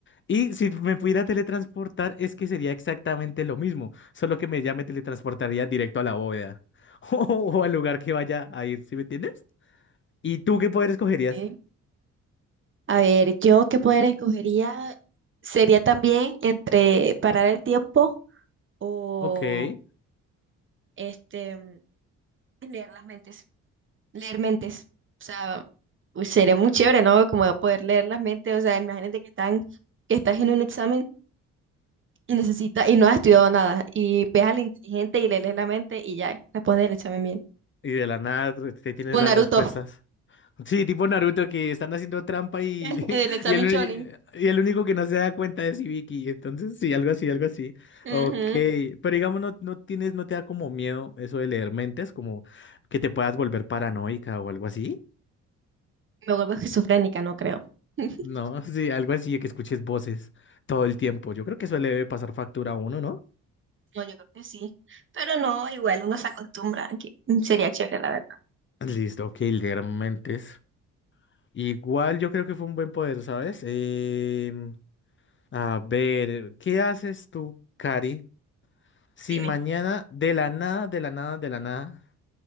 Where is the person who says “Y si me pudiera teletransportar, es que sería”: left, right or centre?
Left